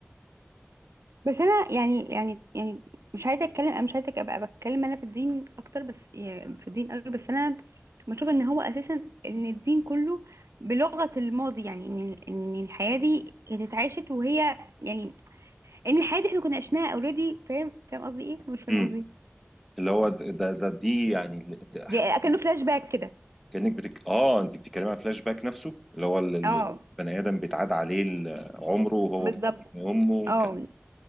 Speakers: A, on the right (about 80°); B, in the centre.
A: بس انا يعني يعني يعني مش عايزه اتكلم انا مش عايزه ابقى بتكلم انا في الدين اكتر بس يعني في الدين قوي بس انا بشوف ان هو اساسا ان الدين كله بلغه الماضي يعني ان ان الحياه دي هي اتعاشت وهي يعني ان الحياه دي احنا كنا عشناها اوريدي فاهم فاهم قصدي ايه مش فاهم
B: امم
A: قصدي إيه؟
B: اللي هو ده ده دي يعني ده
A: دي
B: حسيت
A: اكنه فلاش باك كده
B: كأنك بتك... اه انت بتتكلمي على فلاش باك نفسه اللي هو ال- ال-
A: اه
B: البني ادم بيتعاد عليه ال- عمره وهو
A: بالظبط
B: في بطن امه
A: اه
B: كان...